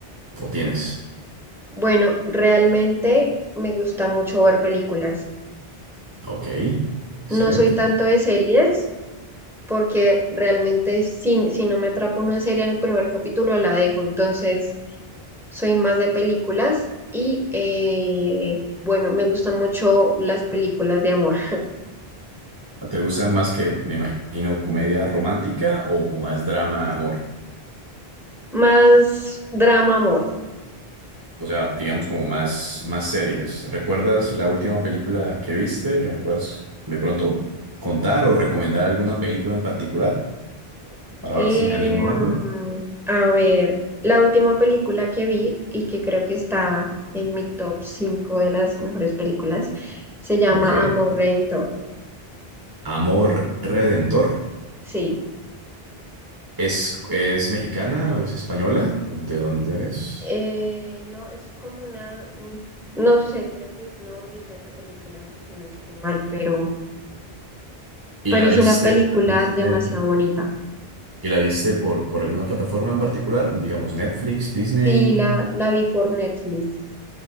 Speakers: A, on the right (about 20°); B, in the centre.
A: o tienes?
B: Bueno, realmente me gusta mucho ver películas.
A: Ok, excelente.
B: No soy tanto de series porque realmente si, si no me atrapa una serie en el primer capítulo la dejo. Entonces, soy más de películas y eh, bueno, me gustan mucho las películas de amor.
A: ¿Te gusta más que, me imagino, comedia romántica o, o más drama, amor?
B: Más drama amor.
A: O sea, digamos como más, más series. ¿Recuerdas la última película que viste que me puedas de pronto contar o recomendar alguna película en particular para
B: Em,
A: ver si me animo a verla?
B: a ver, la última película que vi y que creo que está en mi top 5 de las mejores películas se llama
A: Ok.
B: Amorrento.
A: Amor Redentor.
B: Sí,
A: ¿Es, es mexicana o es española? ¿De dónde es?
B: Eh, no, es como una, mm, no sé, creo que es nórdica esa película, si no estoy mal, pero,
A: ¿Y
B: pero
A: la
B: es
A: viste,
B: una película
A: la viste,
B: demasiado bonita.
A: y la viste por, por alguna plataforma en particular? Digamos Netflix, Disney.
B: Sí, la, la vi por Netflix